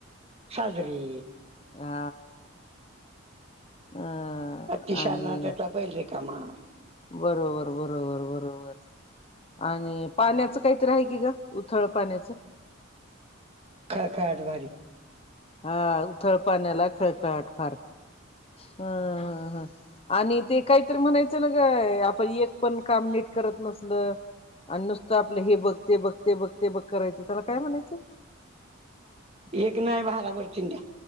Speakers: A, on the right; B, on the left.
A: साजरे.
B: हा! अं
A: अतिशहाणा
B: आणि
A: त्याचा बैल रिकामा.
B: बरोबर, बरोबर, बरोबर, बरोबर आणि पाण्याच काहीतरी आहे. की ज उथळ पाण्याचं.
A: खळखळाट भारी.
B: हा ऊंथळपाण्याला खळखळाट फार हं हा. आणि ते काहीतरी म्हणायचं ना गं आपण एक पण काम नीट करत नसल. आणि नुसतं आपलं हे बघ, ते बघ, ते बघ, ते बघ, करायचं त्याला काय म्हणायचं?
A: एक नाही भाराभर चिंन्ध्या.